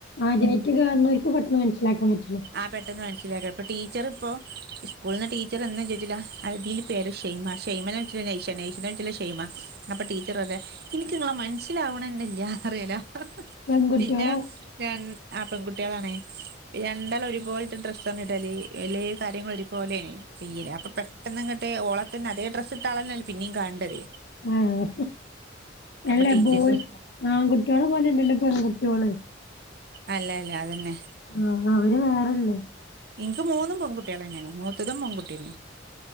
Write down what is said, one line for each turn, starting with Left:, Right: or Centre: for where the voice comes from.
Left: ആദ്യായ്ട്ട്കാണുന്നോർക്ക് പെട്ടെന്ന് മനസ്സിലാക്കാൻ പറ്റില്ല
Right: ആ പെട്ടെന്ന് മനസിലാക്ക ഇപ്പ ടീച്ചർ ഇപ്പോ സ്കൂള്ന്ന് ടീച്ചർന്നും ചോദിച്ചുല്ല ടീ പേര് ഷെയ്മ ഷെയ്മനെ വിളിച്ചല് നെയ്ഷ നെയ്ഷനെ വിളിച്ചല് ഷെയ്മ അപ്പൊ ടീച്ചർ പറയ ഇന്ക്ക് നിങ്ങളെ മനസ്സിലാവണെന്നെല്ല പറയലോ
Left: പെൺകുട്ടികളെ
Right: പിന്നെ രണ്ട് ആ പെൺകുട്ടികളാണ് രണ്ടാളും ഒരുപോലത്തെ ഡ്രസ്സ്ണ് ഇടല് എല്ലേ കാര്യങ്ങളും ഒരുപോലെയണെയ് ചെയ്യല്ല് അപ്പൊ പെട്ടെന്ന് ഇങ്ങട്ട് ഓളെ തന്നെ അതേ ഡ്രസ് ഇട്ട അളന്നെ അല്ലെ പിന്നെയും കണ് ണ്ടത്
Left: ആഹ്
Right: അപ്പൊ
Left: അല്ലേ
Right: ടീച്ചേഴ്സ്
Left: ബോയി ആൺകുട്ടികളെ പോലെഅല്ലല്ലോ പെൺകുട്ടിഓള്
Right: അല്ല അല്ല അതന്നെ
Left: ആഹ് അവര് വേറെല്ലേ?
Right: ഇനിക്ക് മൂന്നും പെൺകുട്ടികളെന്നെണ് മൂത്തതും പെൺകുട്ടിന്നെ